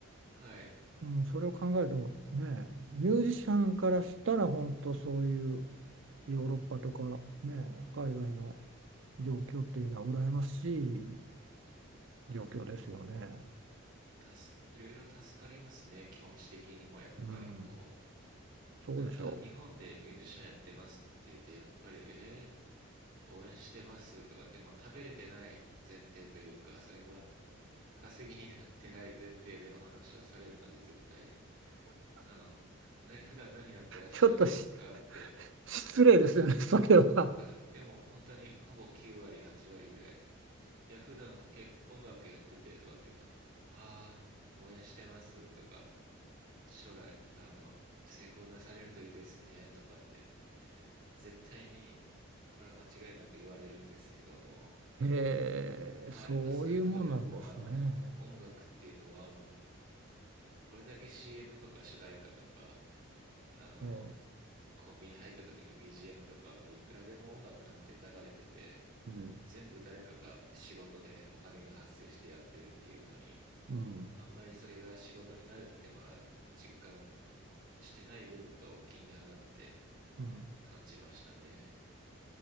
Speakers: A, on the right; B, on the right.
A: はい
B: うん、それを考えるとね、ミュージシャンからしたら本当そういうヨーロッパとかね、
A: うん
B: 海外の状況っていうのは羨ましい
A: うん
B: 状況ですよね。
A: 助いろいろ助かりますね気持ち的にもやっぱりこう
B: うん、そうでしょう。
A: なんか日本でミュージシャンやってますって言うとやっぱりえー、応援してますとかでも食べれてない前提というかそれが稼ぎになってない前提でお話をされるので絶対あの、何、普段何やってらっしゃるんですかって、
B: ちょっとし失礼ですよね、<laughs> それは。
A: あ、でも本当にほぼ9割、8割ぐらい、いや、普段け音楽やっててとかって言うと、ああ、応援してますとか、将来、あの、成功なされるといいですねとかって、絶対に、これは間違いなく言われるんですけども、
B: えー、
A: ああ、
B: そういうもんなんですね。
A: やっぱそういうとこでもう、あの、音楽っていうのはもう、これだけ CM とか主題歌とか、あの、
B: えー、
A: コンビニ入った時の BGM とかもいくらでも音楽なんて流れてて
B: うん、
A: 全部誰かが仕事でお金が発生してやってるっていうのに
B: うん、
A: あんまりそれが仕事になるっていうのは実感してない部分が大きいんだなって
B: うん。
A: 感じましたね